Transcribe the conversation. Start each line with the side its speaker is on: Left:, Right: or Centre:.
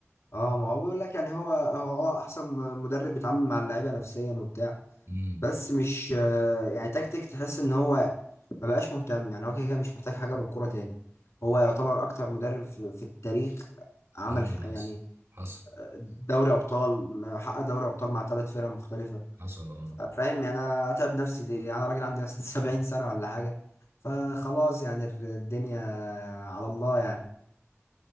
Left: اه ما هو بيقول لك يعني هو هو اه احسن مدرب بيتعامل مع اللعيبه نفسيا وبتاع
Right: امم
Left: بس مش آه، يعني تكتيك تحس ان هو ما بقاش مهتم يعني هو كده كده مش محتاج حاجه من الكوره تاني هو يعتبر اكتر مدرب في, في التاريخ عمل
Right: ايوه
Left: ح- يعني
Right: حصل حصل
Left: دوري ابطال م- حقق دوري ابطال مع ثلاث فرق مختلفه
Right: حصل اه
Left: ف- فاهم يعني انا اتعب نفسي ليه يعني انا راجل عندي مثلا <laughs> 70 سنه ولا حاجه فخلاص يعني ال- الدنيا على الله يعني